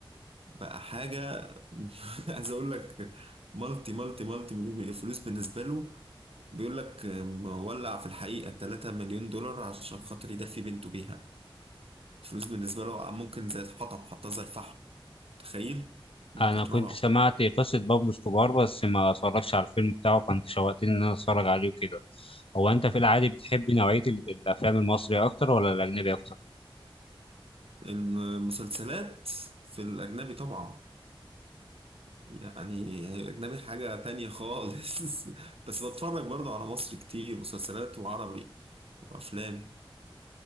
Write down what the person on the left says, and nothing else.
انا
كنت سمعت قصة بابلو اسكوبار بس ما اتفرجتش على الفيلم بتاعه فانت شوقتني ان انا اتفرج عليه وكده هو انت في العادي بتحب نوعية ال- الافلام المصري اكتر ولا الاجنبي اكتر